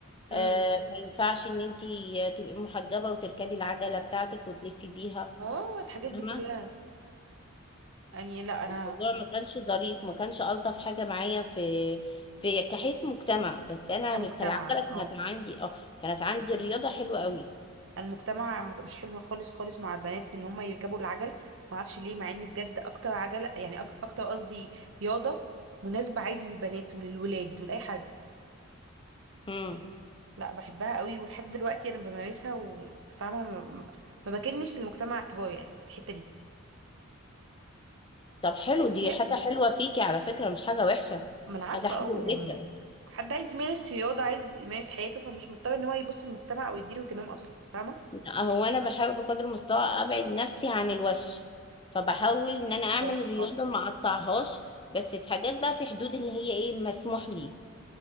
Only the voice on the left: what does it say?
آه، ما ينفعش ان انتي تبقي محجبة وتركبي العجلة بتاعتك وتلفي بيها
فاهمة
الموضوع ما كانش ظريف ما كانش ألطف حاجة معايا في في كحيث مجتمع بس انا
كالعجلة كانت
عندي اه كانت عندي الرياضة حلوة قوي
امم
طب حلو
دي حاجة حلوة فيكي على فكرة مش حاجة وحشة
حاجة حلوة
جدا
هو انا بحاول بقدر المستطاع ابعد نفسي عن الوش فبحاول ان انا اعمل
رياضة
ما اقطعهاش بس في حاجات بقى في حدود اللي هي ايه مسموح لي